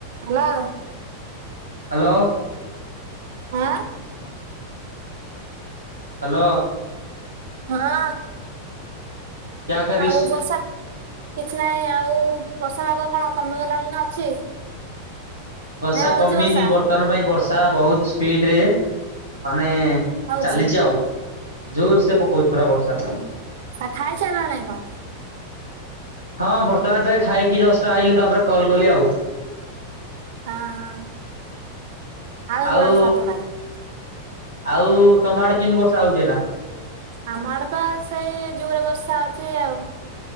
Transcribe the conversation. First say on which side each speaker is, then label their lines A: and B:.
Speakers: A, on the right; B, on the right.
A: ହାଲେ।
B: Hello.
A: ଆଁ।
B: Hello
A: ହଁ।
B: କ୍ୟା କରିସ୍?
A: ଆଉ ବର୍ଷା କିଛି ନାହିଁ ଆଉ ବର୍ଷା ପାଗ କଣ କମିଗଲାଣି ନା ଅଛି?
B: ବର୍ଷା
A: ନାଇଁ ହଉଛି
B: କମିନି
A: ବର୍ଷା
B: ବର୍ତ୍ତମାନ ପାଇଁ ବର୍ଷା ବହୁତ୍ ସ୍ପିଡ୍ ରେ ମାନେ
A: ହଉଛି।
B: ଚାଲିଛି ଆଉ ଯୋର୍ ସେ ପକଉଛି ପୁରା ବର୍ଷା।
A: ଆଉ ଖାଇସାରିଲ ନାଇଁ କଣ?
B: ହଁ ବର୍ତ୍ତମାନ ପାଇଁ ଖାଇକି ଜଷ୍ଟ୍ ଆଇିଲି ତାପରେ କଲ୍ କଲି ଆଉ।
A: <unintelligible>
B: ଆଉ ଆଉ ତମ ଆଡେ କେମିତି ବର୍ଷା ହଉଛି ଏଇନା?
A: ଆମ ଆଡେ ତ ସେଇ ଜୁରେ ବର୍ଷା ଅଛି ଆଉ।